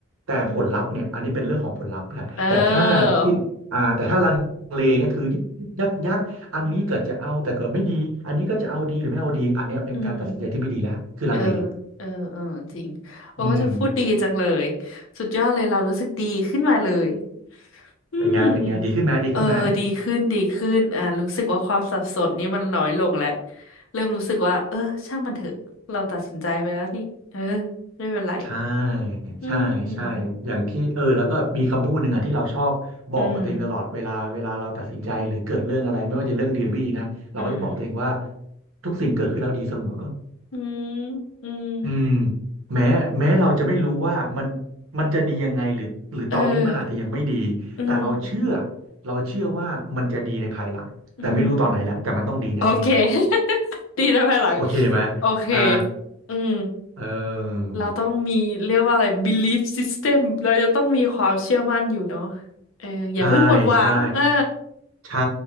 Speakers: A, on the right; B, on the left.
A: แต่ผลลัพธ์เนี่ยอันนี้เป็นเรื่องของผลลัพธ์แหละแต่ถ้าที่อ่าแต่ถ้าลังเลเนี่ยคือยึกยักยัก
B: อืมเออ
A: อันนี้เกิดจะเอาแต่เกิดไม่ดีอันนี้ก็จะเอาดีหรือไม่เอาดีอันเนี้ยเป็นการตัดสินใจที่ไม่ดีละคือลังเล
B: อืมอืมอืม เออเออ เออ จริง โอ้เธอพูดดีจังเลย
A: อืม
B: สุดยอดเลยเรารู้สึกดีขึ้นมาเลย อืม
A: เป็นไงเป็นไงดีขึ้นไหมดีขึ้นไหม
B: เออดีขึ้นดีขึ้นอ่ารู้สึกว่าความสับสนนี่มันน้อยลงแล้วเริ่มรู้สึกว่าเออช่างมันเถอะเราตัดสินใจไปแล้วนี่เออไม่เป็นไร
A: ใช่
B: อืม
A: ใช่ใช่อย่างที่เออแล้วก็มีคำพูดหนึ่งอ่ะที่เราชอบบอกกับตัวเองตลอดเวลาเวลาเราตัดสินใจหรือเกิดเรื่องอะไรไม่ว่าจะเรื่องดีหรือไม่ดีนะเราก็จะบอกตัวเองว่า
B: อืมอืม
A: ทุกสิ่งเกิดขึ้นแล้วดีเสมอ
B: อืมอืม
A: อืมแม้แม้เราจะไม่รู้ว่ามันมันจะดียังไงหรือหรือตอนนี้มันอาจจะยังไม่ดี
B: เอออืม
A: แต่เราเชื่อเราเชื่อว่ามันจะดีในภายหลังแต่ไม่รู้ตอนไหนแล้วแต่มันต้องดีแน่
B: อืมโอเค <laughs> ดีแลภายหลัง
A: ๆโอเคไหม
B: โอเค
A: อ่า
B: อืม
A: เออ
B: เราต้องมีเรียกว่าอะไร belief system เราจะต้องมีความเชื่อมั่นอยู่เนาะเอออย่าเพิ่งหมดหวังเออ
A: ใช่ใช่ใช่